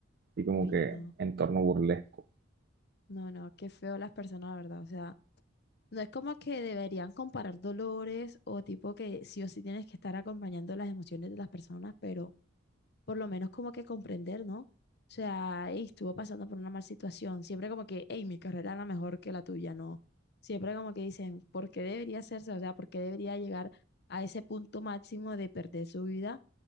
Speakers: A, on the right; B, on the left.
A: Y como
B: Uy,
A: que
B: no.
A: en torno burlesco.
B: No, no, qué feo las personas, la verdad. O sea, no es como que deberían comparar dolores o tipo que sí o sí tienes que estar acompañando las emociones de las personas, pero por lo menos como que comprender, ¿no? O sea, "Ey, estuvo pasando por una mala situación. Siempre como que, hey, mi carrera era mejor que la tuya, no. Siempre como que dicen, ¿por qué debería hacerse? O sea, ¿por qué debería llegar a ese punto máximo de perder su vida?